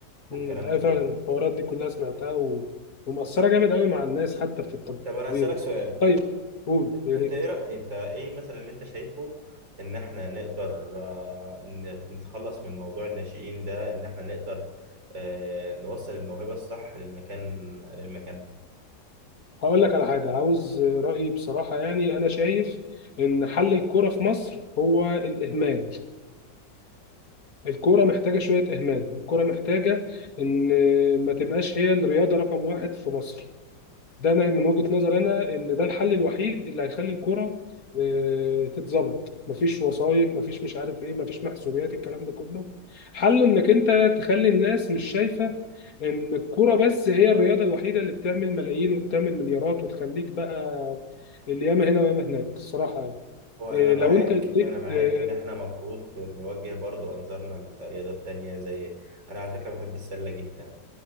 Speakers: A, on the right (about 80°); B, on the left (about 50°).
A: والكلام
B: مم. أيوة
A: ده
B: فعلا
A: كله
B: الحوارات دي كلها سمعتها و... ومؤثرة جامد أوي مع الناس حتى في الطبيعي
A: طب أنا هسألك سؤال
B: طيب قول يا
A: انت
B: ريت
A: ايه رأي انت ايه مثلا اللي انت شايفه ان احنا نقدر آه، ن- نتخلص من موضوع الناشئين ده ان احنا نقدر آه، نوصل الموهبة الصح للمكان للمكانها
B: هقول لك على حاجة عاوز رأيي بصراحة يعني أنا شايف إن حل الكورة في مصر هو الإهمال الكورة محتاجة شوية إهمال الكورة محتاجة إن ما تبقاش هي الرياضة رقم واحد في مصر ده انا من وجهة نظر انا ان ده الحل الوحيد اللي هيخلي الكرة آه، تتظبط مفيش وسايط مفيش مش عارف ايه مفيش محسوبيات الكلام ده كله حله انك انت تخلي الناس مش شايفة ان الكرة بس هي الرياضة الوحيدة اللي بتعمل ملايين وبتعمل مليارات وتخليك بقى اللي ياما هنا وياما هناك الصراحة يعني
A: هو انا
B: آه،
A: معاك
B: لو انت اديت
A: انا معاك
B: آه،
A: ان احنا مفروض نوجه برضو انظارنا لرياضات تانية زي انا على فكرة بحب السلة جدا